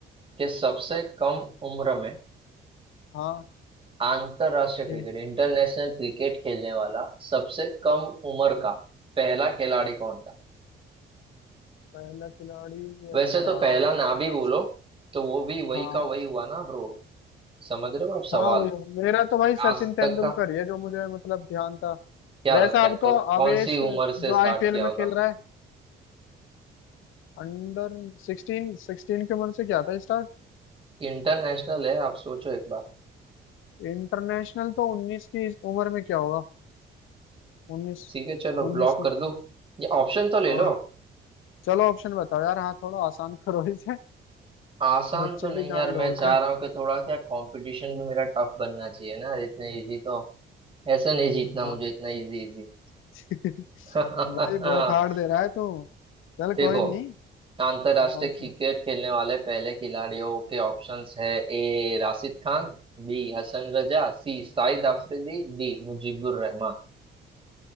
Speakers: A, on the right; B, on the left.
A: कि सबसे कम उम्र में
B: हाँ
A: अंतरराष्ट्रीय
B: ठीक।
A: क्रिकेट इंटरनेशनल क्रिकेट खेलने वाला सबसे कम उम्र का पहला खिलाड़ी कौन था
B: पहला खिलाड़ी
A: वैसे
B: अच्छा
A: तो पहला ना भी बोलो
B: रास-
A: तो वो भी वही
B: हाँ
A: का वही हुआ ना ब्रो समझ रहे हो आप सवाल
B: हाँ वही- मेरा तो भाई सचिन
A: आज
B: तेंदुलकर
A: तक का
B: ही है जो मुझे मतलब ध्यान था
A: क्या
B: वैसा
A: लगता है
B: अब तो
A: कौ- कौन
B: आवेश
A: सी
B: जो
A: उम्र से स्टार्ट
B: आईपीएल
A: किया
B: में
A: होगा
B: खेल रहा है अंडर सिक्सटीन सिक्सटीन के मन से क्या था स्टार्ट
A: इंटरनेशनल है आप सोचो एक बार
B: इंटरनेशनल तो उन्नीस की इस उम्र में क्या होगा उन्नीस
A: ठीक है चलो
B: उन्नीस
A: ब्लॉक
B: में
A: कर दूं ये ऑप्शन तो ले
B: हाँ
A: लो
B: चलो ऑप्शन बताओ यार हाँ थोड़ा आसान <laughs> करो इसे
A: आसान
B: बच्चे
A: तो नहीं
B: की
A: यार
B: जान लोगे
A: मैं चाह
B: क्या
A: रहा हूँ कि थोड़ा क्या कंपटीशन भी मेरा टफ बनना चाहिए ना इतना इजी तो ऐसा नहीं जीतना
B: हाँ
A: मुझे इतना इजी इजी
B: <laughs>
A: <laughs>
B: भाई बहुत हार्ड दे रहा है तू चल
A: देखो
B: कोई नहीं
A: अंतरराष्ट्रीय
B: ऑप्शन
A: क्रिकेट खेलने वाले पहले खिलाड़ियों के ऑप्शंस है A Rashid Khan B Hasan Raza C Shahid Afridi D Mujibur Rahman